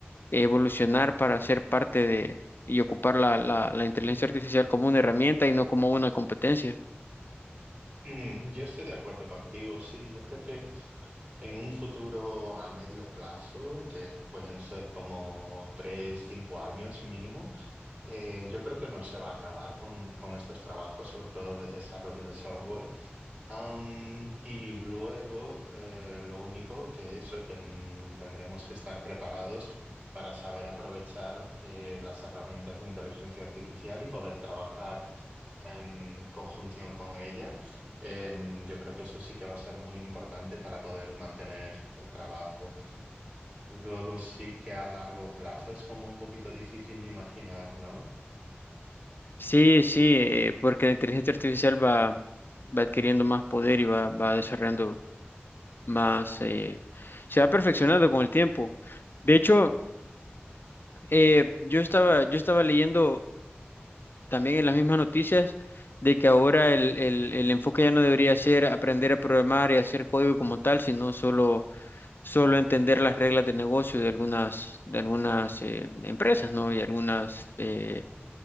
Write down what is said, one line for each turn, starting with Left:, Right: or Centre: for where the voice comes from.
Left: evolucionar para ser parte de y ocupar la, la, la inteligencia artificial como una herramienta y no como una competencia.
Right: Mm, Yo estoy de acuerdo contigo, sí. Yo creo que en un futuro a medio plazo, que pueden ser como tres, cinco años mínimo, eh, yo creo que no se va a acabar con, con estos trabajos, sobre todo de desarrollo de software. Am, y luego, eh, lo único que eso ten- tendremos que estar preparados para saber aprovechar eh, las herramientas de inteligencia artificial y poder trabajar en conjunción con ella. Em, yo creo que eso sí que va a ser muy importante para poder mantener el trabajo. Luego sí que a largo plazo es como un poquito difícil de imaginar, ¿no?
Left: Sí, sí, eh, porque la inteligencia artificial va, va adquiriendo más poder y va, va desarrollando más, eh, se va perfeccionando con el tiempo. De hecho, eh, yo estaba, yo estaba leyendo También en las mismas noticias de que ahora el, el- el enfoque ya no debería ser aprender a programar y hacer código como tal, sino solo, solo entender las reglas de negocio de algunas, de algunas eh, empresas, ¿no? Y algunas eh,